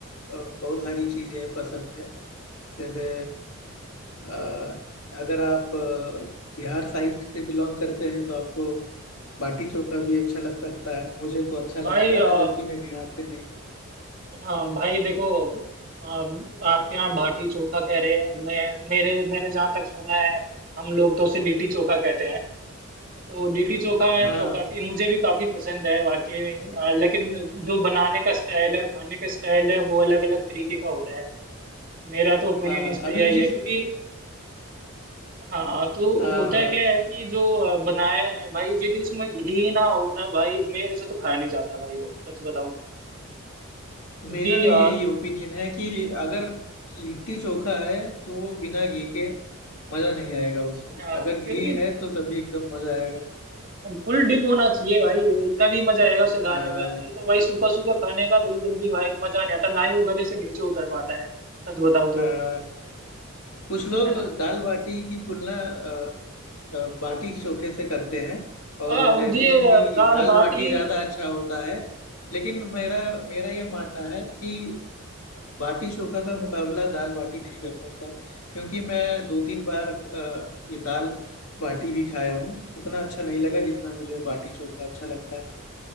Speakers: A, on the left; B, on the right.
A: अ, बहुत सारी चीजें पसंद है जैसे अ, अगर आप अ, बिहार साइड से बिलोंग करते हैं तो आपको बाटी चोखा भी अच्छा लग सकता है मुझे तो अच्छा लगता
B: भाई अ,
A: है जबकि मैं बिहार से नहीं हूँ।
B: हाँ भाई देखो अ, आपके यहाँ भाटी चोखा कह रहे हैं मैं मेरे मैंने जहाँ तक सुना है हम लोग तो उसे लिट्टी चोखा कहते हैं तो लिट्टी चोखा में
A: हाँ
B: तो काफी मुझे भी काफी पसंद है वाकई में ही आ, लेकिन जो बनाने का स्टाइल है और खाने का स्टाइल है वो अलग अलग तरीके का होता है मेरा तो ओपिनियन
A: हाँ
B: इस पे
A: अभी
B: यही
A: जिस
B: है क्योंकि हाँ तो
A: हाँ
B: होता है
A: हाँ
B: क्या है कि जो आ, बनाया है भाई यदि उसमें घी ना हो ना भाई मेरे से तो खाया नहीं जाता भाई वो सच बताऊं तो क्योंकि
A: मेरा भी
B: आ,
A: यही ओपिनियन है कि अगर लिट्टी चोखा है तो वो बिना घी के मजा नहीं आएगा उसमें
B: हाँ
A: अगर घी
B: क्योंकि
A: है तो तभी एकदम मजा आएगा
B: फुल डिप होना चाहिए भाई तभी मजा आएगा उसे खाने
A: हाँ
B: का नहीं तो भाई सूखा सूखा खाने का बिल्कुल भी भाई मजा नहीं आता ना ही वो गले से नीचे उतर पाता है सच बताऊं तो
A: हाँ कुछ लोग
B: है ना
A: दाल बाटी की तुलना अ, अ, बाटी चोखे से करते हैं
B: आ,
A: और कहते
B: ये
A: हैं कि
B: दाल
A: दाल
B: बाटी
A: बाटी ज़्यादा
B: तो
A: अच्छा होता है लेकिन मेरा मेरा ये मानना है कि बाटी चोखा का मुकाबला दाल बाटी नहीं कर सकता क्योंकि मैं दो तीन बार अ, ये दाल बाटी भी खाया हूँ उतना अच्छा नहीं लगा जितना मुझे बाटी चोखा अच्छा लगता है